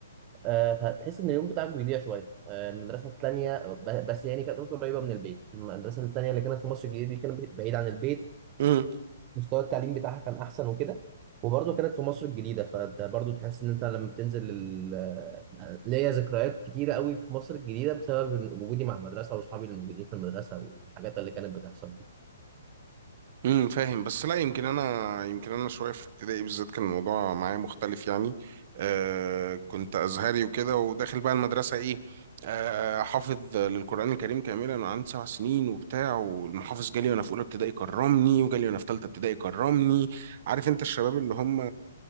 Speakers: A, on the right; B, on the right.
A: آه فتحس إن اليوم بتاعك بيضيع شوية آه المدرسة التانية ب- بس يعني كانت قريبة من البيت المدرسة التانية اللي كانت في مصر الجديدة دي كانت بعيدة عن البيت
B: مهم.
A: مستوى التعليم بتاعها كان احسن وكده وبرضه كانت في مصر الجديدة فانت برضه تحس ان انت لما بتنزل ال- آه، ليا ذكريات كتيرة قوي في مصر الجديدة بسبب إن وجودي مع المدرسة واصحابي اللي موجودين في المدرسة والحاجات اللي كانت بتحصل دي
B: امم فاهم بس لا يمكن انا يمكن انا شويه في ابتدائي بالذات كان الموضوع معايا مختلف يعني آه كنت ازهري وكده وداخل بقى المدرسه ايه آه حافظ للقران الكريم كاملا انا عندي سبع سنين وبتاع والمحافظ جالي وانا في اولى ابتدائي كرمني وجالي وانا في ثالثه ابتدائي كرمني عارف انت الشباب اللي هم